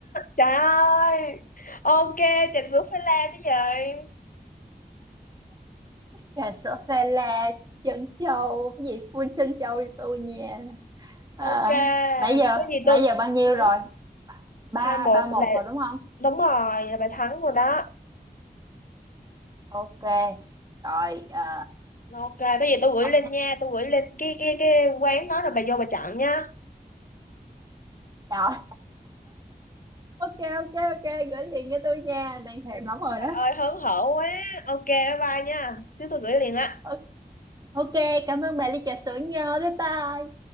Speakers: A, on the left (about 60°); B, on the right (about 25°).
A: Trời ơi. Ok, trà sữa phải la chứ gì.
B: trà sữa pha la trân châu cái gì full trân châu cho tôi nha à,
A: Ok,
B: nãy giờ
A: cái gì
B: nãy
A: tôi
B: giờ bao nhiêu
A: ừ,
B: rồi ba
A: hai một
B: ba một
A: là
B: rồi đúng
A: đúng rồi là bà thắng rồi đó.
B: ok rồi ờ,
A: Ok, cái gì tôi gửi
B: ờ,
A: lên nha, tôi gửi lên cái cái cái quán đó rồi bà vô bà chọn nha.
B: rồi ok ok ok gửi liền cho tôi nha đang thèm lắm rồi
A: Trời
B: đó
A: ơi hớn hở quá. Ok, bye bye nha. Chứ tôi gửi liền á.
B: Ờ, ok cảm ơn bà ly trà sữa nhớ bye bye